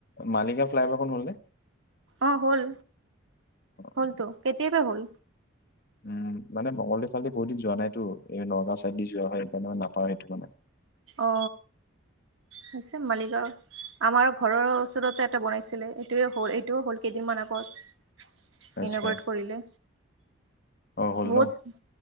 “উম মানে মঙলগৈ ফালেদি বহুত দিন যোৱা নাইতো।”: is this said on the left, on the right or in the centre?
Left